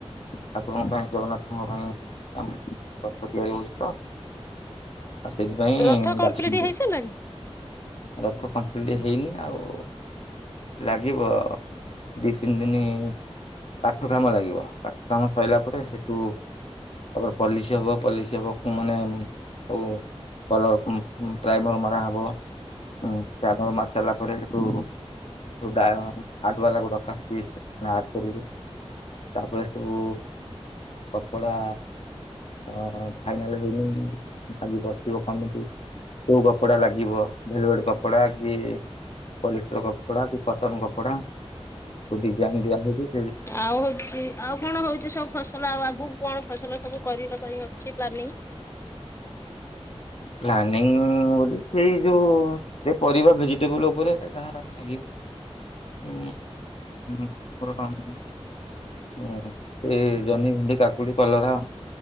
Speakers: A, on the left; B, on the left.
A: ଠାକୁରଙ୍କ ପାଇଁ ଜଗନ୍ନାଥଙ୍କ ପାଇଁ ଆମ ରଥ ତିଆରି ହୋଉଚି ତ ଆଉ ସେଇଥିପାଇଁ
B: ରଥ କମ୍ପ୍ଲିଟ
A: ଡାକିଛନ୍ତି
B: ହେଇସାରିଲାଣି?
A: ରଥ କମ୍ପ୍ଲିଟ ହେଇନି ଆଉ ଲାଗିବ ଅ ଦି ତିନି ଦିନ କାଠ କାମ ଲାଗିବ ପାଠ କାମ ସଇଲା ପରେ ସେଠୁ ତାପରେ ପଲିସି ହବ ପଲିସି ହବ କୁ ମାନେ ଉ କୋ କଲର୍ ଉଁ ଉଁ ପ୍ରାଇମର ମରା ହବ ଉଁ ପ୍ରାଇମର ମାରି ସରିଲା ପରେ ହେଠୁୁ ଗାୟ ହ ଆର୍ଟ ବାଲା କୁ ଡକା ହେଇନି ପୁଣି ଆର୍ଟ କରିବେ ତାପରେ ସବୁ କପଡା ଅଁ ଅଁ ଫାଇନାଲ ହେଇନି ଆଜି ବସିିବ କମିଟି କୋଉ କପଡା ଲାଗିବ ଭେଲବେଟ୍ କପଡା କି ପଲିଷ୍ଟର କପଡା କି କଟନ କପ ପଡା ସବୁ ଡିଜାଇନ ଦିଆହେଇଛି
B: ଆଉ ହଉଛି ଆଉ କଣ ହଉଛି ସବୁ ଫସଲ ଆଉ ଆ ମୁ କଣ ଫସଲ ସବୁ କରିବା ପାଇଁ ଅଛି ପ୍ଲାନିଂ
A: ପ୍ଲାନିଂ ବୋଲି ସେଇ ଯୋଉ ସେ ପରିବା ଭେଜିଟେବୁଲ ଉପରେ ଯାହା ଲାଗିବ ହୁଁ <unintelligible> ହୁଁ ସେଇ ଜହ୍ନି ଭେଣ୍ଡି କାକୁଡି କଲରା